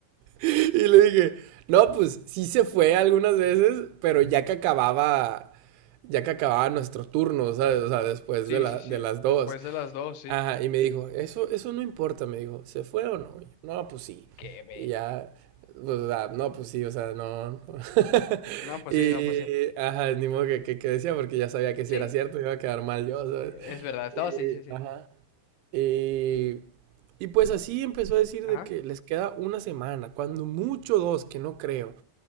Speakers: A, on the right; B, on the left.
A: Y le dije, no, pues sí se fue algunas veces, pero ya que acababa, ya que acababa nuestro turno, ¿sabes? O sea, después
B: Sí,
A: de, la,
B: sí,
A: de
B: sí.
A: las dos.
B: Después de las dos, sí.
A: Ajá, y me dijo, eso, eso no importa, me dijo, ¿se fue o no? Y yo, no, pues sí.
B: Qué ver.
A: Y ya, pues, o sea, no, pues sí, o sea, no. no". <laughs>
B: No, pues
A: Y,
B: sí, no, pues sí.
A: ajá, ni modo que, que, que decía, porque ya sabía que si
B: Sí,
A: era cierto iba a quedar mal yo, ¿sabes?
B: e, es verdad. Estaba,
A: Y,
B: sí, sí, sí.
A: ajá. Y, y pues así empezó a decir
B: Ajá.
A: de que les queda una semana, cuando mucho dos, que no creo.